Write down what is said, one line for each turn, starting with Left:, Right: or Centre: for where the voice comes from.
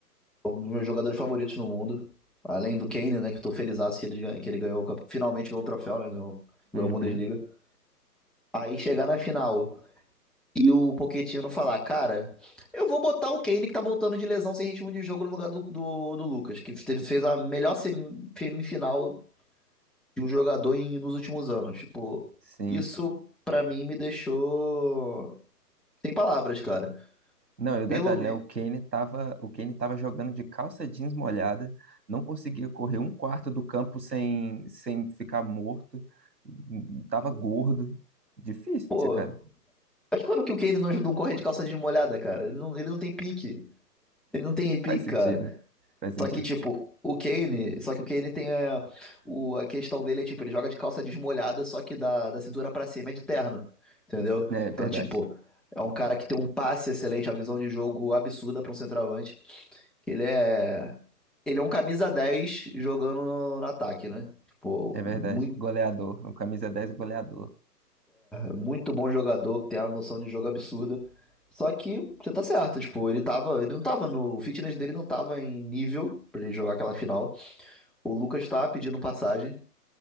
Centre: Um dos meus jogadores favoritos no mundo. Além do Kane, né? Que eu tô felizaço que ele, gan- que ele ganhou. o cap- Finalmente ganhou um troféu, né? Ganhou, ganhou
Right: Uhum,
Centre: a Bundesliga. Aí chegar na final e o Pochettino falar, cara, eu vou botar o Kane que tá voltando de lesão sem ritmo de jogo no lugar do, do, do Lucas, que teve- fez a melhor semifinal de um jogador em- nos últimos anos. Tipo,
Right: sim.
Centre: isso pra mim me deixou sem palavras, cara.
Right: Não, e o
Centre: Pelo
Right: detalhe,
Centre: menos.
Right: né? O Kane tava, o Kane tava jogando de calça jeans molhada, não conseguia correr um quarto do campo sem, sem ficar morto, hum, tava gordo. Difícil,
Centre: Pô,
Right: cara.
Centre: mas quando que o Kane não ajudou um corre de calça desmolhada, cara? Ele não, ele não tem pique. Ele não tem pique,
Right: Faz
Centre: cara.
Right: sentido. Faz sentido.
Centre: Só que, tipo, o Kane. Só que o Kane tem. É, o, a questão dele é, tipo, ele joga de calça desmolhada, só que da, da cintura pra cima é de terno. Entendeu?
Right: É verdade.
Centre: Então, tipo, é um cara que tem um passe excelente, a visão de jogo absurda pra um centroavante. Que ele é. Ele é um camisa 10 jogando no, no ataque, né? Tipo,
Right: É verdade.
Centre: muito,
Right: Goleador. O camisa 10 goleador.
Centre: muito bom jogador, que tem uma noção de jogo absurda. Só que você tá certo, tipo, ele tava. Ele não tava no. O fitness dele não tava em nível pra ele jogar aquela final. O Lucas tá pedindo passagem.